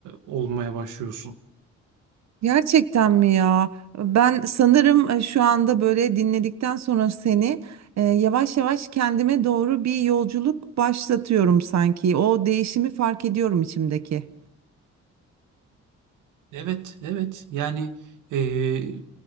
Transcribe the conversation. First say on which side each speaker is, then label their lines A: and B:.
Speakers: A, on the right; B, on the right.
A: olmaya başlıyorsun.
B: Gerçekten mi ya? Ben sanırım e, şu anda böyle dinledikten sonra seni e, yavaş yavaş kendime doğru bir yolculuk başlatıyorum sanki. O değişimi fark ediyorum içimdeki.
A: Evet, evet. Yani eee,